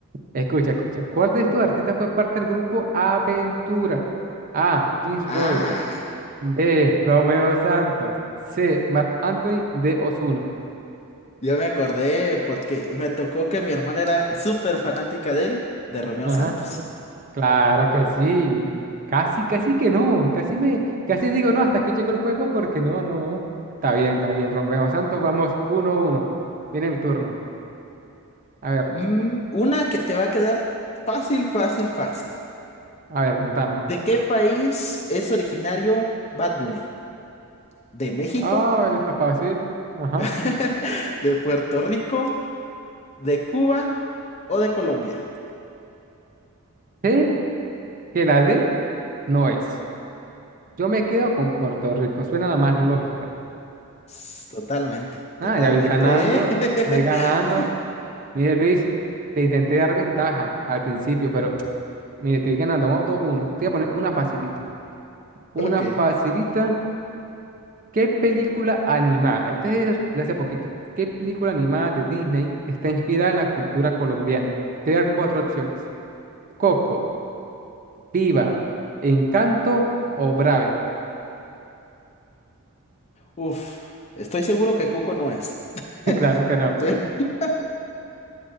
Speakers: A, on the right (about 40°); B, on the left (about 30°).
A: escucha, escucha. ¿Cuál de estos artistas fue parte del grupo Aventura? A. Prince
B: Ah,
A: Royce. B. Romeo Santos. C. Marc Anthony. D. Ozuna.
B: yo me acordé porque me tocó que mi hermana era súper fanática de él, de Romeo
A: Ajá.
B: Santos.
A: Claro que sí. Casi, casi que no. Casi me, casi digo no, hasta aquí llegó el juego porque no, no, no. Está bien, está bien, Romeo Santos. Vamos uno a uno. Viene mi turno. A ver,
B: Mm, una que te va a quedar fácil, fácil, fácil.
A: a ver, contame.
B: ¿De qué país es originario Bad Bunny? ¿De México?
A: Ah, está fácil. Ajá.
B: <laughs> ¿De Puerto Rico? ¿De Cuba? ¿O de Colombia?
A: Sé que la D no es. Yo me quedo con Puerto Rico. Suena la más lógica.
B: S- Totalmente,
A: Ah,
B: totalmente,
A: ya voy ganando.
B: ¿eh? <laughs>
A: Voy ganando. Mire, Luis, te intenté dar ventaja al principio, pero <tsk> mire, te voy ganando. Vamos dos uno, Te voy a poner una facilita. Una
B: Ok.
A: facilita. ¿Qué película animada? Este es de hace poquito. ¿Qué película animada de Disney está inspirada en la cultura colombiana? Te voy a dar cuatro opciones. Coco, Viva, Encanto o Brave.
B: Uf, estoy seguro que Coco no es.
A: <laughs> Claro que
B: <laughs>
A: no.
B: Pero-